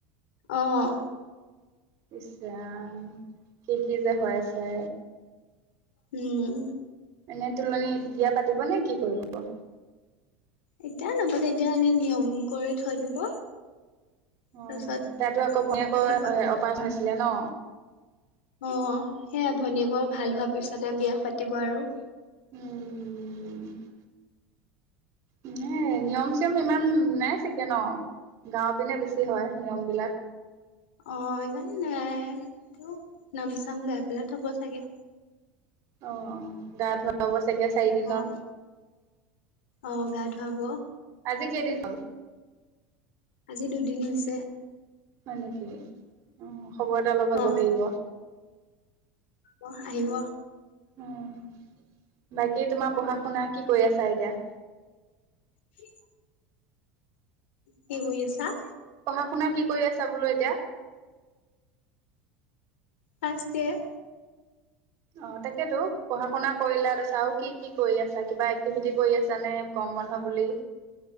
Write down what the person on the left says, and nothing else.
অহ
উম
এতিয়া নাপাতে দিয়া এনেই নিয়ম কৰি থৈ দিব।
তাৰপিছত
পাতিব।
অহ সেইয়া ভনীয়েকৰ ভাল হোৱাৰ পিছতে বিয়া পাতিব আৰু।
অহ ইমান নাই তো নাম চাম গাই পেলাই থব চাগে।
অ', অ', গা ধুৱাব
আজি দুদিন হৈছে।
অ'।
অহ আহিব।
কি কি কৰিছা?
First year.